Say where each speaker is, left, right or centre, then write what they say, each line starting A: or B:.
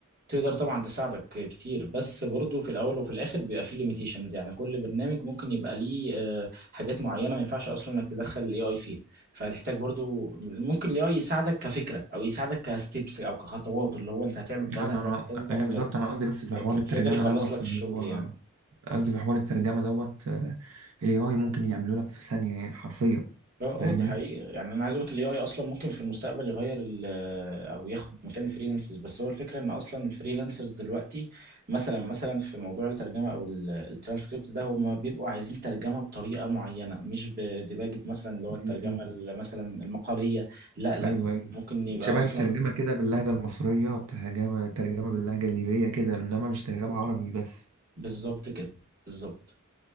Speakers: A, on the right; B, on the right.
A: تقدر طبعا تساعدك كتير بس برضو في الاول وفي الاخر بيبقى فيه ليميتيشنز يعني كل برنامج ممكن يبقى ليه آه، حاجات معينه ما ينفعش اصلا انك تدخل الاي اي فيها فهتحتاج برضو ممكن الاي اي يساعدك كفكره او يساعدك كستبس او كخطوات اللي هو انت هتعمل
B: لا
A: كذا
B: انا
A: هتعمل
B: انا
A: كذا هتعمل
B: ايوه بالظبط
A: كذا
B: انا قصدي بس في
A: لكن
B: حوار الترجمه
A: مش هيقدر يخلص
B: دوت
A: لك الشغل
B: اللي هو
A: يعني
B: قصدي في حوار الترجمه دوت الاي اي ممكن يعمله لك في ثانيه يعني حرفيا
A: اه
B: فاهمني
A: اه دي حقيقة يعني انا عايز اقول لك الاي اي اصلا ممكن في المستقبل يغير ال آه، او ياخد مكان الفريلانسرز بس هو الفكرة ان اصلا الفريلانسرز دلوقتي مثلا مثلا في موضوع الترجمة او ال- الترانسكريبت ده هم بيبقوا عايزين ترجمة بطريقة معينة مش بديباجة مثلا اللي هو الترجمة
B: مم.
A: ال- مثلا المقالية لا لا
B: ايوه ايوه
A: ممكن يبقى
B: شبه
A: اصلا
B: الترجمة
A: فريلانسرز
B: كده باللهجة المصرية ترجمة ترجمة باللهجة الليبية كده إنما مش ترجمة عربي بس
A: بالظبط كده بالظبط